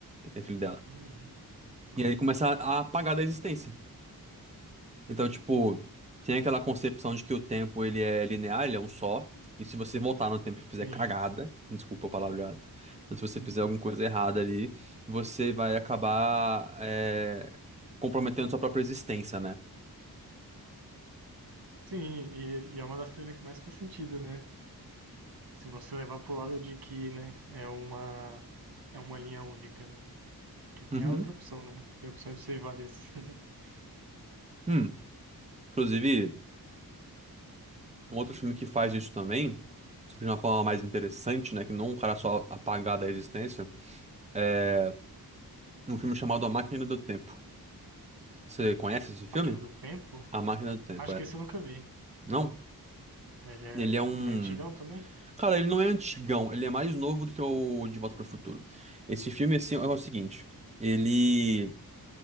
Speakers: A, on the right (about 20°); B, on the right (about 80°).
A: É filho dela.
B: Uhum, é,
A: E aí ele começa a a apagar da existência. Então, tipo, tem aquela concepção de que o tempo, ele é linear, ele é um só. E se você voltar no tempo e fizer
B: sim.
A: cagada, desculpa a palavra, mas se você
B: <laughs>
A: fizer alguma coisa errada ali, você vai acabar, é, comprometendo sua própria existência, né?
B: Sim, e, e é uma das teorias que mais faz sentido, né? Se você levar pro lado de que, né, é uma, é uma linha única, né? Que tem
A: Uhum.
B: a outra opção, né? Tem a opção de ser várias. <laughs>
A: Hum, inclusive... Um outro filme que faz isso também, só que de uma forma mais interessante, né? Que não um cara só apagar da existência, é um filme chamado A Máquina do Tempo. Você conhece esse filme?
B: Máquina do Tempo?
A: A Máquina do Tempo,
B: Acho
A: é.
B: que esse eu nunca vi.
A: Não?
B: Ele é,
A: Ele é um.
B: ele é antigão também?
A: Cara, ele não é antigão, ele é mais novo do que o De Volta para o Futuro. Esse filme, assim, é o seguinte: ele